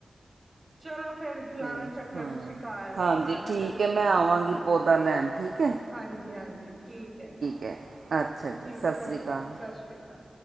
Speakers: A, on the right; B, on the right.
A: ਚਲੋ ਫੇਰ ਲਾਨਾ
B: ਤੇ
A: ਚੱਕਰ
B: ਹਾਂ
A: ਤੁਸੀਂ ਘਾਰ
B: ਹਾਂਜੀ
A: ਆਨਾ
B: ਠੀਕ
A: ਜਲਦੀ,
B: ਹੈ ਮੈਂ ਆਵਾਂਗੀ
A: ਹਾਂ
B: ਪੌਦਾ ਲੈਣ ਠੀਕ ਹੈ
A: ਹਾਂਜੀ-ਹਾਂਜੀ ਠੀਕ ਐ ਜੀ,
B: ਹੈ ਅੱਛਾ ਜੀ
A: ਠੀਕ
B: ਸਤਿ
A: ਐ
B: ਸ਼੍ਰੀ
A: ਓਕੇ
B: ਅਕਾਲ
A: ਜੀ ਸਸ੍ਰੀ਼ ਕਾਲ।